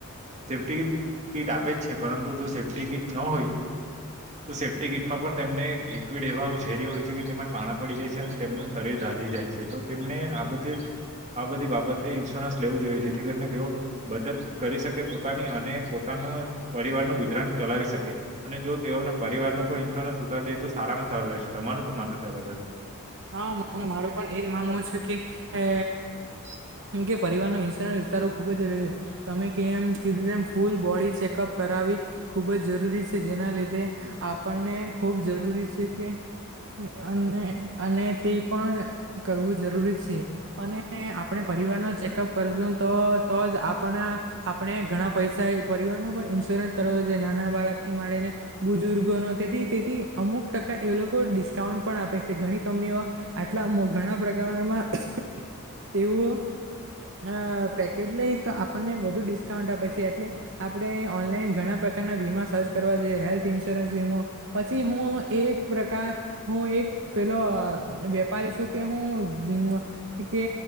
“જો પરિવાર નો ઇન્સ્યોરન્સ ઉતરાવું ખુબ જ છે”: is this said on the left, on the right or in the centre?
Right